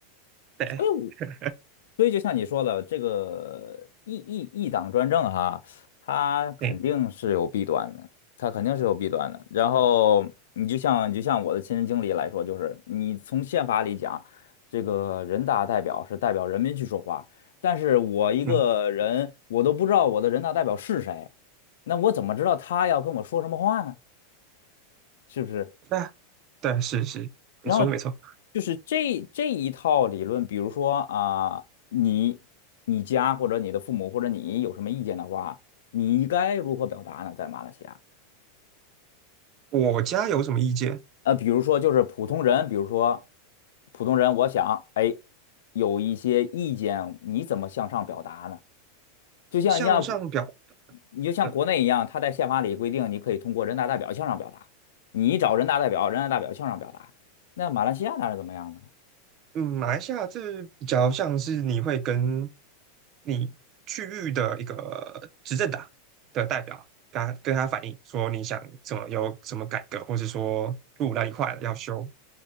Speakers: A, on the right; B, on the left.
A: 对，
B: 所以我
A: <laughs>
B: 所以就像你说的，这个一一一党专政哈，它肯定是有弊端的，
A: 哎，
B: 它肯定是有弊端的。然后你就像你就像我的亲身经历来说，就是你从宪法里讲，这个人大代表是代表人民去说话，但是我一个人，
A: 嗯，
B: 我都不知道我的人大代表是谁，那我怎么知道他要跟我说什么话呢？是不是？
A: 那对是是，
B: 然后
A: 你说的没错。
B: 就是这这一套理论，比如说啊、你你家或者你的父母或者你有什么意见的话，你该如何表达呢？在马来西亚，
A: 我家有什么意见？
B: 呃，比如说就是普通人，比如说普通人，我想哎，有一些意见，你怎么向上表达呢？就像像像国
A: 向上表
B: 你就像国内一样，
A: 的，
B: 他在宪法里规定，你可以通过人大代表向上表达，你找人大代表，人大代表向上表达。那马来西亚那是怎么样的呢？
A: 嗯，马来西亚这比较像是你会跟你区域的一个执政党的代表，跟他跟他反映说你想怎么有什么改革，或者说路那一块要修，